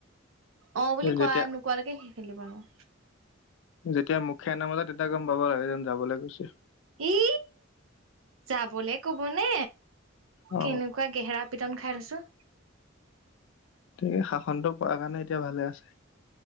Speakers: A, on the right; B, on the left.
A: অ', বুলি
B: এই যেতিয়া
A: কোৱা নোকোৱালৈকে সেই খেলিব নোৱাৰোঁ।
B: যেতিয়া মুখে নামাতে, তেতিয়া গম পাব লাগে যেন যাবলৈ কৈছে।
A: ই যাবলে ক'বনে?
B: অ
A: কেনেকুৱা গেহেৰা পিটন খাই থৈছোঁ।
B: তে শাসনটো কৰাৰ কাৰণে এতিয়া ভালে আছে।